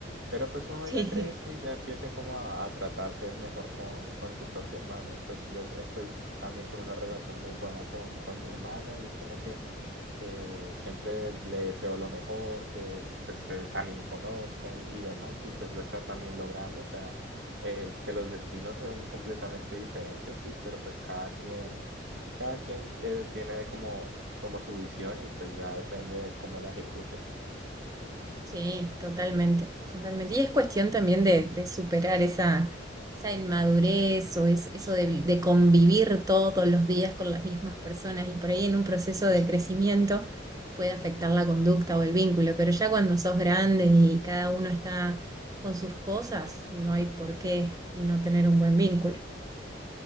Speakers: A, on the right; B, on the right.
A: Pero pues uno
B: <laughs> Sí.
A: ya crece y ya empieza como a, a tratarse mejor con, con su propio hermano. Pues yo s- estoy también con una relación muy buena con, con mi hermana y es como que eh, siempre le deseo lo mejor, que pues eh, también conozca y, y demás, y pues lo está también logrando, o sea, eh, es que los destinos son completamente diferentes, sí, pero pues cada quien, cada quien eh, tiene como, como su visión y pues ya depende de cómo la ejecute.
B: Sí, totalmente, totalmente. Y es cuestión también de, de superar esa, esa inmadurez o es, eso de, vi- de convivir todos los días con las mismas personas y por ahí en un proceso de crecimiento puede afectar la conducta o el vínculo, pero ya cuando sos grande y cada uno está con sus cosas, no hay por qué no tener un buen vínculo.